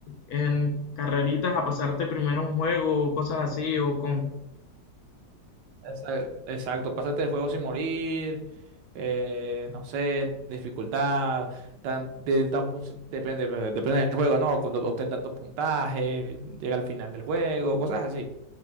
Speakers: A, on the left; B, on the right.
A: en carreritas a pasarte primero un juego, o cosas así, o como.
B: esa- exacto, pásate el juego sin morir, eh, no sé, dificultad, tan, de- tan pun- depende, eh, depende del juego, ¿no? Cuando obtén tanto puntaje, llega al final del juego, cosas así.